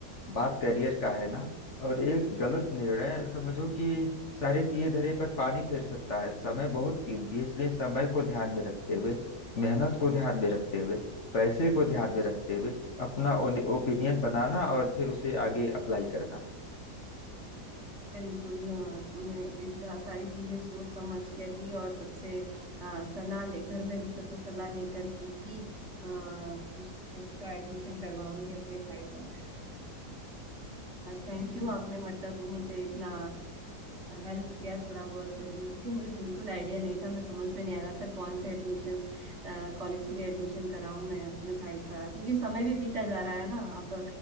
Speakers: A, on the left; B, on the right.
A: बात करियर का है ना और एक गलत निर्णय समझो कि सारे किए धरे पर पानी फेर सकता है समय बहुत कीमती है इसलिए समय को ध्यान में रखते हुए मेहनत को ध्यान में रखते हुए पैसे को ध्यान में रखते हुए अपना ओपिनियन बनाना और फिर उसे आगे अप्लाई करना
B: बिल्कुल अ, मैं इस आ, सारी चीजें सोच समझ कर ही और सबसे अ, सलाह ले घर में भी सबसे सलाह लेकर के ही अ, उस, इसका एडमिशन करवाऊंगी अपने भाई का थैंक
A: हम्म।
B: यू आपने मतलब मुझे इतना हेल्प किया थोड़ा बहुत क्योंकि मुझे बिल्कुल आइडिया नहीं था मैं समझ में नहीं आ रहा था कौन से एडमिशन कॉलेज के लिए एडमिशन कराऊं मैं अपने भाई का क्योंकि समय भी बीता जा रहा है ना अब